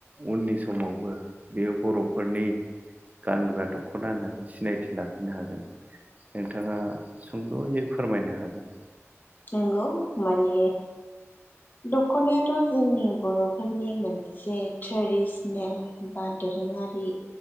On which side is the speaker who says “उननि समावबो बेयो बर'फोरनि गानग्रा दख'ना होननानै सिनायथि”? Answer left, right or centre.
Right